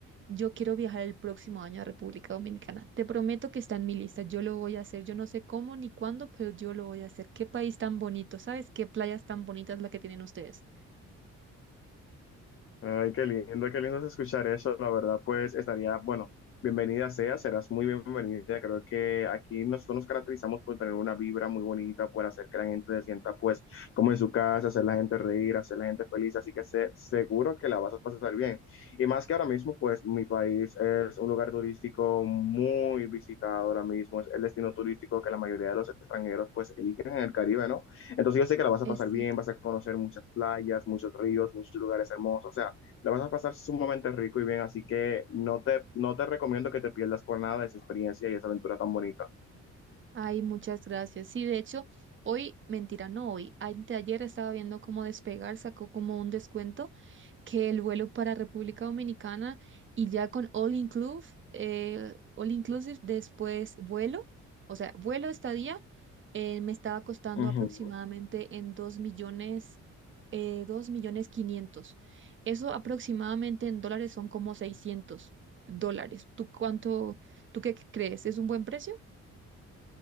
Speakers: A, on the right (about 40°); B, on the left (about 45°).
A: yo quiero viajar el próximo año a República Dominicana. Te prometo que está en mi lista. Yo lo voy a hacer. Yo no sé cómo ni cuándo, pero yo lo voy a hacer. Qué país tan bonito, ¿sabes? Qué playas tan bonitas la que tienen ustedes.
B: Ay, qué lindo, qué lindo es escuchar eso. La verdad, pues estaría, bueno, bienvenida sea, serás muy bienvenida. Creo que aquí nosotros nos caracterizamos por tener una vibra muy bonita, por hacer que la gente se sienta, pues, como en su casa, hacer la gente reír, hacer la gente feliz. Así que sé, seguro que la vas a pasar bien. Y más que ahora mismo, pues, mi país es un lugar turístico muy visitado ahora mismo. Es el destino turístico que la mayoría de los extranjeros, pues, eligen en el Caribe, ¿no? Entonces yo sé que la vas a
A: Exacto.
B: pasar bien, vas a conocer muchas playas, muchos ríos, muchos lugares hermosos. O sea, la vas a pasar sumamente rico y bien, así que no te, no te recomiendo que te pierdas por nada de esa experiencia y esa aventura tan bonita.
A: Ay, muchas gracias. Sí, de hecho, hoy, mentira, no hoy, anteayer estaba viendo cómo Despegar sacó como un descuento que el vuelo para República Dominicana y ya con all inclusive, eh, all inclusive después vuelo, o sea, vuelo estadía, eh, me estaba costando
B: Ujú.
A: aproximadamente en 2 millones, eh, 2 millones quinientos. Eso aproximadamente en dólares son como seiscientos dólares. ¿Tú cuánto, tú qué crees? ¿Es un buen precio?